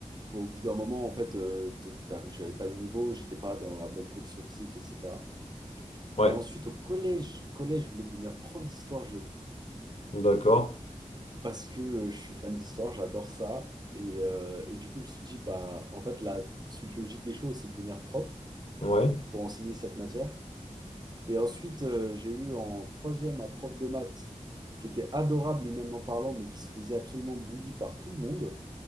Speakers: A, on the right (about 35°); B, on the left (about 55°).
A: bon, au bout d'un moment, en fait, euh, t- t'as- j'avais pas le niveau, j'étais pas dans la bonne condition physique, etc.
B: ouais.
A: Euh, ensuite, au collège, collège, je voulais devenir prof d'histoire-géo
B: D'accord.
A: parce que euh, je suis fan d'histoire, j'adore ça. Et, euh, et du coup, je me suis dit, bah, en fait, la suite logique des choses, c'est de devenir prof
B: Ouais,
A: pour enseigner cette matière. Et ensuite, euh, j'ai eu en troisième un prof de maths qui était adorable humainement parlant, mais qui se faisait absolument bully par tout le monde.